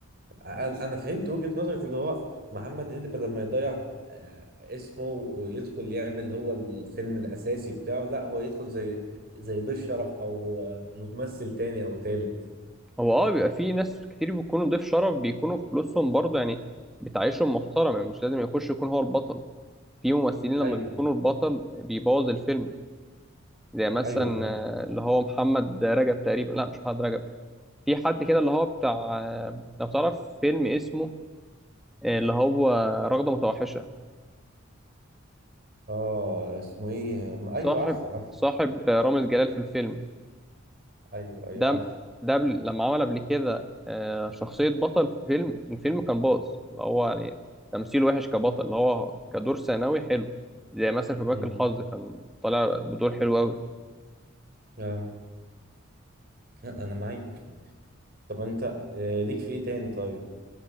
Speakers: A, on the right (about 45°); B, in the centre.
A: انا أنا فهمت وجهه نظرك اللي هو محمد هنيدي بدل ما يضيع آه، اسمه ويدخل يعمل هو الفيلم الاساسي بتاعه لا هو يدخل زي زي ضيف شرف او آه، ممثل تاني او تالت
B: هو اه بيبقى في ناس كتير بيكونوا ضيف شرف بيكونوا فلوسهم برضه يعني بتعيشهم محترم يعني مش لازم يخش يكون هو البطل في ممثلين لما
A: ايوه
B: بيكونوا البطل بيبوظ الفيلم زي مثلا
A: ايوه فاهم
B: آه، اللي هو محمد رجب تقريبا لا مش محمد رجب في حد كده اللي هو بتاع آه، لو تعرف فيلم اسمه آه، اللي هو رغدة متوحشة
A: اه اسمه ايه ما-
B: صاحب
A: ايوه عارفه عارفه
B: صاحب رامز جلال في الفيلم
A: ايوه ايوه
B: ده
A: عارفه
B: ده قبل- لما عمل قبل كده آه، شخصية بطل في فيلم الفيلم كان باظ اللي هو يعني تمثيل وحش كبطل اللي هو كدور ثانوي حلو زي مثلا في بنك
A: امم
B: الحظ كان طالع بدور حلو أوي
A: اه لا، انا معاك طب انت آه، ليك في ايه تاني طيب